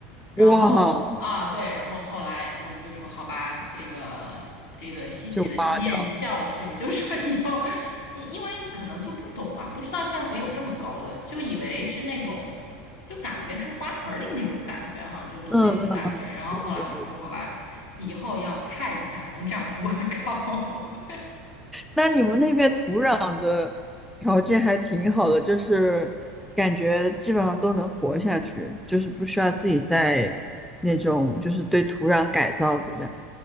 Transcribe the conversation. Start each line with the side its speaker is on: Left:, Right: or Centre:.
Left: 然后啊，
Centre: 哇，
Left: 对，然后后来我们就说，好吧，这个这个吸取的经验教训，
Centre: 就挖掉了。
Left: 就是说以后，因因为可能就不懂嘛，不知道向日葵有这么高的，就以为是那种。就感觉是花盆儿里那种感觉哈，就都那种感觉。
Centre: 嗯嗯，
Left: 然后后来我就说，
Centre: 对对对。
Left: 好吧，以后要看一下能长多高。<laughs>
Centre: 那你们那边土壤的条件还挺好的，就是感觉基本上都能活下去，就是不需要自己在那种就是对土壤改造这样。